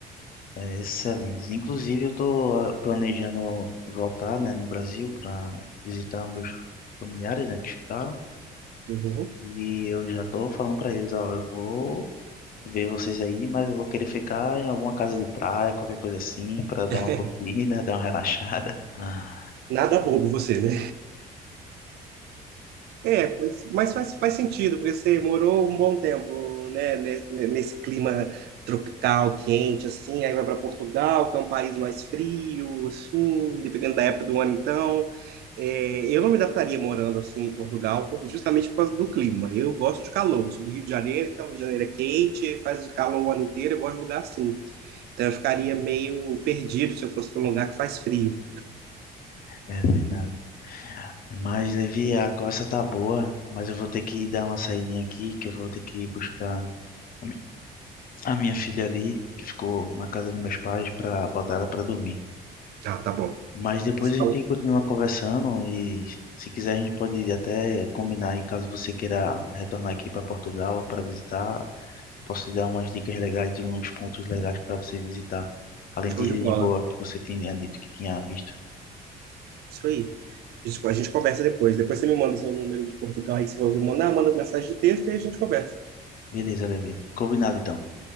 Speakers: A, on the left; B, on the right.
A: Excelente. Inclusive, eu estou planejando voltar, né, no Brasil para visitar meus familiares, né, que ficaram.
B: Uhum.
A: E eu já estou falando para eles, ó, eu vou ver vocês aí, mas eu vou querer ficar em alguma casa de praia, qualquer coisa assim, para dar
B: <laughs>
A: uma curtida, <laughs> dar uma relaxada. Ah,
B: Nada bobo você, né? É, pois- mas faz, faz sentido, porque você morou um bom tempo, né, nesse, nesse clima tropical, quente, assim, aí vai para Portugal, que é um país mais frio, assim, dependendo da época do ano, então. É, eu não me adaptaria morando assim em Portugal, por- justamente por causa do clima. Eu gosto de calor, sou do Rio de Janeiro, então o Rio de Janeiro é quente, faz calor o ano inteiro, eu gosto de lugar assim. Então eu ficaria meio perdido se eu fosse para um lugar que faz frio.
A: é verdade. Mas, Levi, a conversa tá boa, mas eu vou ter que dar uma saidinha aqui, que eu vou ter que buscar a mi- a minha filha ali, que ficou na casa dos meus pais, para botar ela para dormir.
B: Ah, tá bom.
A: Mas depois
B: Você
A: a gente
B: falou,
A: continua conversando e se quiser a gente pode até combinar aí caso você queira retornar aqui para Portugal para visitar, posso te dar umas dicas legais de uns pontos legais para você visitar, além
B: show
A: de Lisboa
B: de bola.
A: que você tinha dito que tinha visto.
B: Isso aí. A gente, a gente conversa depois. Depois você me manda seu número de Portugal aí, que você falou, me manda, manda mensagem de texto e a gente conversa.
A: Beleza, Levi. Combinado então.